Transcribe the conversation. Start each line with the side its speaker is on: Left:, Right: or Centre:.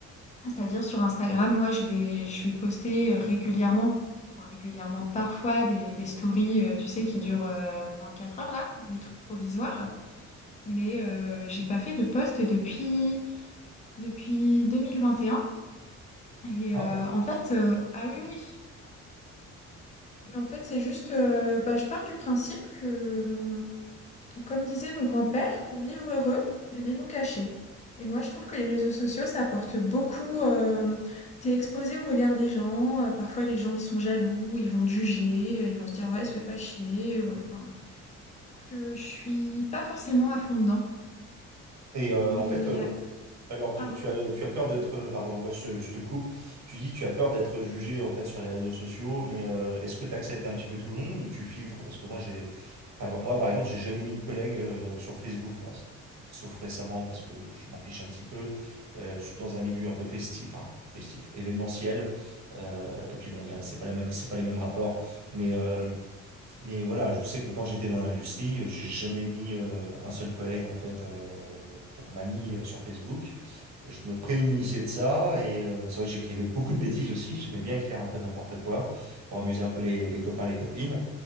Left: C'est-à-dire sur Instagram, moi, je vais, je vais poster euh, régulièrement, enfin régulièrement, parfois des, des stories, euh, tu sais, qui durent euh, 24 heures, là, les trucs provisoires. Mais euh, j'ai pas fait de post depuis, depuis 2021. Et un. Et
Right: Ah
Left: euh,
Right: ouais.
Left: en fait, euh, ah oui, oui. Mais en fait, c'est juste, euh, bah, je pars du principe que, hum, Comme disait mon grand-père, pour vivre heureux, vivons cachés. Et moi, je trouve que les réseaux sociaux, ça apporte beaucoup. euh, t'es exposé au regard des gens. euh, parfois, les gens, ils sont jaloux, ils vont te juger, euh, ils vont se dire, ouais, se fais pas chier. ouais, enfin. donc, euh, je suis pas forcément à fond dedans.
Right: Et euh,
Left: Mais,
Right: en fait, euh, Alors, tu,
Left: pardon,
Right: tu as, tu as peur d'être, euh, pardon, ouais, je, te je te coupe. Tu dis, tu as peur d'être jugé en fait sur les réseaux sociaux, mais euh, est-ce que tu acceptes un petit peu tout le monde ou tu filtres? Parce que moi, j'ai, enfin, bon, moi, par exemple, j'ai jamais mis de collègues euh, sur Facebook, quoi. Sauf récemment, parce que je m'en fiche un petit peu. Euh, je suis dans un milieu un peu festif, enfin festif, événementiel. Euh, et puis bon, il y a- c'est pas la même, c'est pas les mêmes rapports, mais euh, mais voilà, je sais que quand j'étais dans l'industrie, j'ai jamais mis euh, un seul collègue en fait euh, comme ami euh, sur Facebook. Je me prémunissais de ça et euh, c'est vrai que j'écrivais beaucoup de bêtises aussi. J'aimais bien écrire un peu n'importe quoi pour amuser un peu les, les copains, les copines.